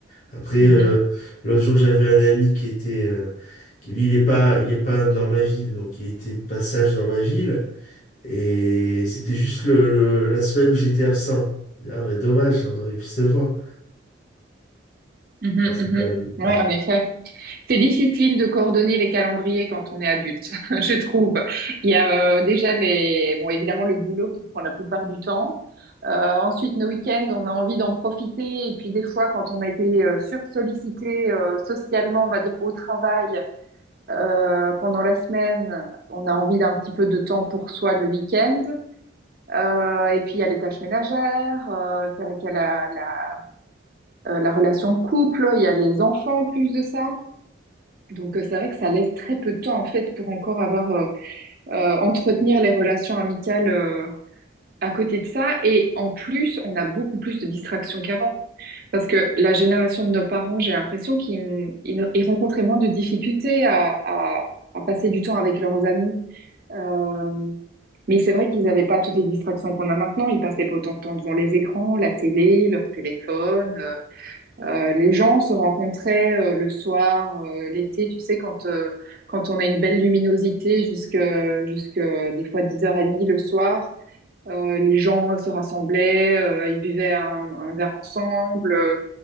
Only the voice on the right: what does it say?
mhm,
mhm,
mhm.
Ouais,
en effet. C'est difficile de coordonner les calendriers quand on est adulte, <laughs> je trouve. Il y a euh, déjà les, bon, évidemment le boulot qui prend la plupart du temps. Euh, ensuite, nos week-ends, on a envie d'en profiter. Et puis des fois, quand on a été euh, sursollicité euh, socialement, on va dire au travail euh, pendant la semaine, on a envie d'un petit peu de temps pour soi le week-end. Euh, et puis il y a les tâches ménagères. euh, c'est vrai qu'il y a la, la, euh, la relation de couple. Il y a les enfants en plus de ça. Donc euh, c'est vrai que ça laisse très peu de temps en fait pour encore avoir euh, euh, entretenir les relations amicales euh, à côté de ça. Et en plus, on a beaucoup plus de distractions qu'avant. Parce que la génération de nos parents, j'ai l'impression qu'ils ils- ils rencontraient moins de difficultés à, à- à passer du temps avec leurs amis. Euh, mais c'est vrai qu'ils n'avaient pas toutes les distractions qu'on a maintenant. Ils passaient pas autant de temps devant les écrans, la télé, leur téléphone. euh, euh, les gens se rencontraient euh, le soir, euh, l'été, tu sais, quand, euh, quand on a une belle luminosité jusque, jusque euh, des fois 10h30 le soir, euh, les gens se rassemblaient, euh, ils buvaient un, un verre ensemble. Euh,